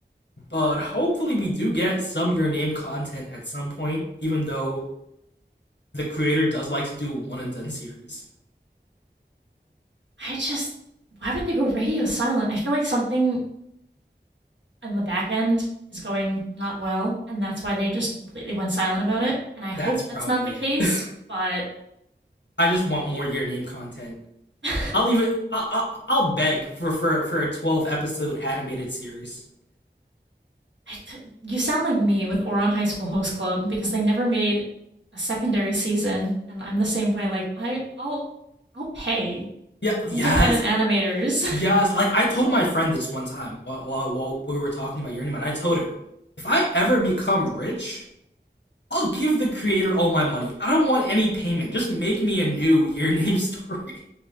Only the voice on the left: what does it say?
But hopefully, we do get some Your Name content at some point, even though the creator does like to do a one and done series.
That's probably
it.
<laughs> I just want more Your Name content.
I'll even I, I, I'll beg for for for a 12 episode animated series.
Yeah, yes,
yes. Like I told my friend this one time while while, while we were talking about Your Name, and I told her if I ever become rich, I'll give the creator all my money. I don't want any payment. Just make me a new Your <laughs> Name story.